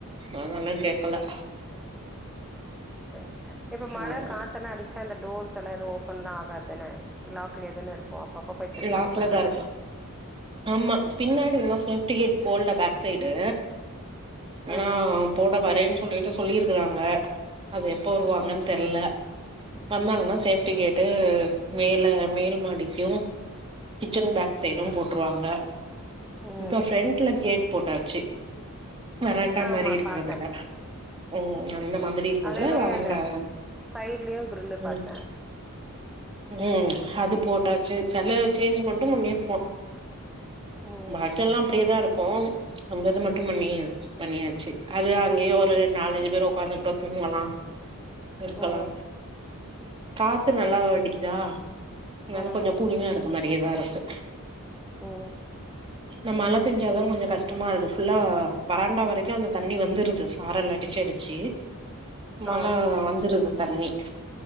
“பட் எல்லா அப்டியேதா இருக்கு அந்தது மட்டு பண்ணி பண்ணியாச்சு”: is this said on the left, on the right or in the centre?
Right